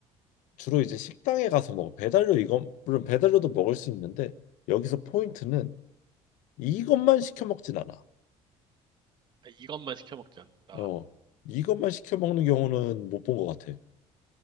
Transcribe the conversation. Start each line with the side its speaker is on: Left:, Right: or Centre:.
Left: 주로 이제 식당에 가서 먹어. 배달료 이건 물론 배달료도 먹을 수 있는데 여기서 포인트는 이것만 시켜 먹진 않아.
Right: 아, 이것만 시켜 먹지 않는다.
Left: 어, 이것만 시켜 먹는 경우는 못 본 것 같아.